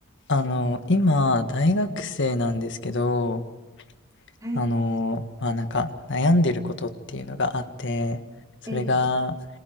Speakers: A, on the left (about 60°); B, on the right (about 15°).
A: あの、今、大学生なんですけど、
B: はい。
A: あの、まあなんか悩んでることっていうのがあって、それが
B: ええ、